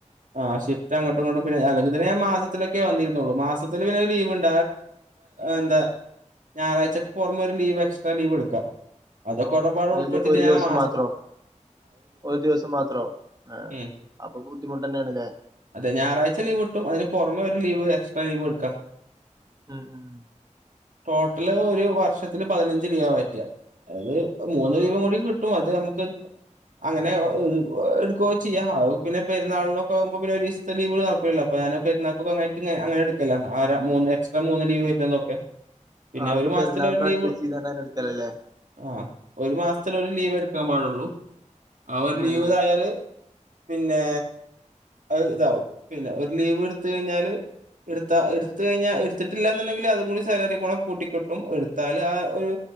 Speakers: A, on the right; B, on the right.
A: ആ് ഷിഫ്റ്റ് അങ്ങോട്ടും ഇങ്ങോട്ടും പിന്നെ അിൽ തന്നെ മാസത്തിലൊക്കെ വന്നിരുന്നുള്ളൂ മാസത്തിൽ പിന്നെ ലീവ്ണ്ട് എ എന്താ ഞായറാഴ്ചക്ക് പുറമെ ഒരു ലീവ് എക്സ്ട്രാ ലീവ് എടുക്കാ അതൊക്കെ ഒരുടപാട്
B: ഏകദേശം
A: ഉളൾപ്പെടുത്തിയിട്ട്
B: ഒരു
A: ഞാനൻ
B: ദിവസം
A: മാസം
B: മാത്രോ ഒരു ദിവസം മാത്രോ ഏ
A: ഉം
B: അപ്പൊ ബുദ്ധിമുട്ട് തന്നെയണല്ലേ
A: അതെ ഞായറാഴ്ച ലീവ് കട്ട അതിന് പുറമെ ഒരു ലീവ്ക്സ്ട്രാ ലീവ് എടുക്കാം
B: ഉം ഉം
A: ടോട്ടല് ഒരു വർഷത്തില് പതിനഞ്ച് ലീവാ പറ്റുക അതത് മൂന്ന്
B: ആഹ്
A: രീപം കൂടി കിട്ടും അത് നമുക്ക് അങ്ങനെ എടുക്കുകയോ ചെയ്യാം പിന്നെ പെരുന്നളിനൊക്കെ ആകുമ്പോ പിന്നെ ഒരീസത്തെ ലീവിന് നടക്കൂല്ലല്ലോ അ ഞാന പെരുന്നാൾക്കെഒന്നായിട്ട് അങ്ങനെ എടുക്കലാ എക്സ്ട്രാ മൂന്ന് ലീവ് വരുന്നന്നൊക്കെ പിന്നെ
B: ആക്കെ
A: ഒരു മാസത്തില
B: പെരുന്നാൾക്ക്
A: ഒരു ലീവ്
B: അഡ്ജസ്റ്റ് ചെയ്താണ്ട് അങ്ങനെ എടുക്കലല്ലേ
A: ആ ഒരു മാസത്തിലരു ലീവ് എ ക്കാൻ പാടുള്ളൂ അവര്
B: ഉം
A: ലീവ്തായാല് പിന്നെ അ ഇതാവും പിന്നെ ഒരു ലീവ് എടുത്ത കഴിഞ്ഞാല് എടുത്ത എടുത്ത കഴിഞ്ഞാൽ എടുത്തിട്ടില്ല എന്നുണ്ടെങ്കിൽ അതും കൂടി സാലറി കൂടെ കൂട്ട കിട്ടും എടുത്താൽ ആ ഒരു